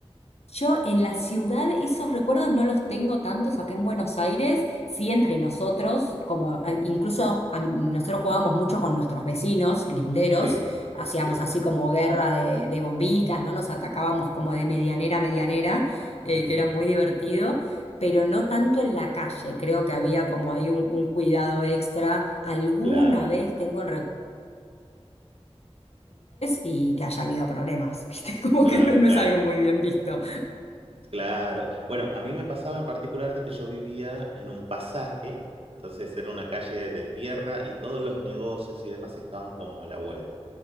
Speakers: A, on the left (about 75°); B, on the right (about 60°).
A: Yo en la ciudad esos recuerdos no los tengo tantos acá en Buenos Aires, sí entre nosotros, como a- incluso a mí- nosotros jugábamos mucho con nuestros vecinos linderos,
B: Sí,
A: hacíamos
B: sí.
A: así como guerra de, de bombitas, ¿no? Nos atacábamos como de medianera a medianera, eh,
B: ujú,
A: que era muy divertido, pero no tanto en la calle, creo que había como ahí un, un cuidado extra. Alguna
B: Claro,
A: vez tengo el recuerdo y que haya habido problemas, <laughs> ¿viste? Como
B: claro,
A: que no no
B: claro,
A: es algo muy bien visto.
B: claro. Bueno, a mí me pasaba en particular de que yo vivía en un pasaje, entonces era una calle de tierra y todos los negocios y demás estaban como a la vuelta.